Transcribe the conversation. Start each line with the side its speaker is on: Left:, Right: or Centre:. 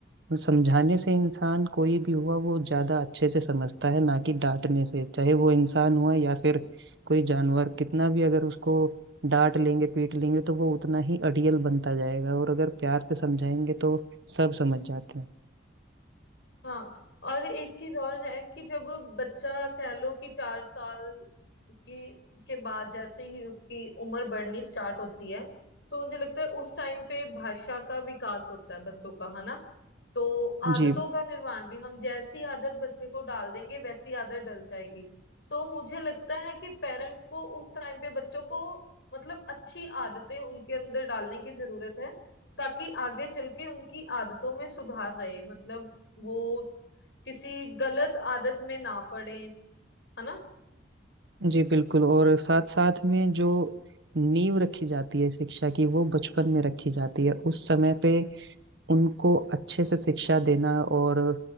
Right: वो समझाने से इंसान कोई भी हुआ वो ज्यादा अच्छे से समझता है ना कि डांटने से चाहे वो इंसान हुआ या फिर कोई जानवर कितना भी अगर उसको डांट लेंगे पीट लेंगे तो वो उतना ही अड़ियल बनता जाएगा और अगर प्यार से समझाएंगे तो सब समझ जाते हैं
Left: हाँ और एक चीज और है कि जब बच्चा कह लो कि चार साल की के बाद जैसे ही उसकी उम्र बढ़नी स्टार्ट होती है तो मुझे लगता है उस टाइम पे भाषा का विकास होता है बच्चों का है ना तो आदतों
Right: जी
Left: का निर्माण भी हम जैसी आदत बच्चे को डाल देंगे वैसी आदत डल जाएगी तो मुझे लगता है कि पेरेंट्स को उस टाइम पे बच्चों को मतलब अच्छी आदतें उनके अंदर डालने की जरूरत है ताकि आगे चल के उनकी आदतों में सुधार रहे मतलब वो किसी गलत आदत में ना पड़े है ना
Right: जी बिल्कुल और साथ साथ में जो नींव रखी जाती है शिक्षा की वो बचपन में रखी जाती है उस समय पे उनको अच्छे से शिक्षा देना और